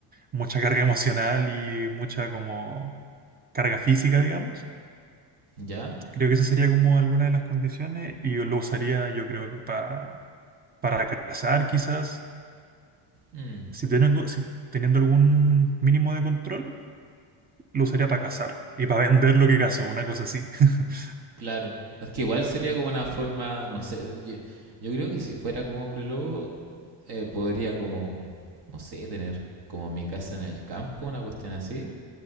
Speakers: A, on the right; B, on the right.
A: mucha carga emocional y mucha como carga física, digamos.
B: ya.
A: Creo que esa sería como alguna de las condiciones y lo usaría yo creo que pa- para cazar quizás.
B: Mm,
A: Si tengo, si teniendo algún mínimo de control, lo usaría para cazar y para vender lo que cazo, una cosa así. <laughs>
B: claro. Es que igual sería como una forma, no sé, yo, yo creo que si fuera como hombre lobo, eh, podría como, no sé, tener como mi casa en el campo, una cuestión así.